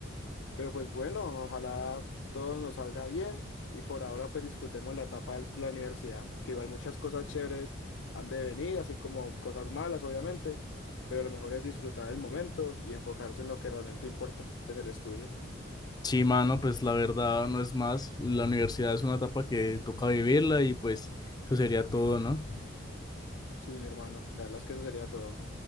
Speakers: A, on the left; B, on the left.
A: Pero pues bueno, ojalá todo nos salga bien y por ahora pues disfrutemos la etapa de la universidad, que igual muchas cosas chéveres han de venir, así como cosas malas obviamente, pero lo mejor es disfrutar el momento y enfocarse en lo que realmente importa, pues el estudio.
B: Sí, mano, pues la verdad no es más. La universidad es una etapa que toca vivirla y pues eso sería todo, ¿no?
A: Sí, mi hermano, la verdad es que eso sería todo.